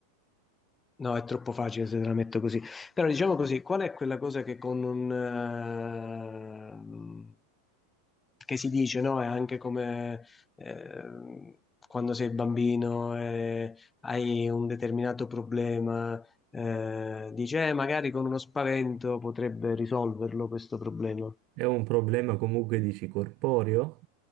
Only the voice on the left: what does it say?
no, è troppo facile se te la metto così, però diciamo così, qual è quella cosa che con un... eh, che si dice, no? È anche come eh, quando sei bambino e hai un determinato problema, eh, dici, "Eh, magari con uno spavento potrebbe risolverlo questo problema.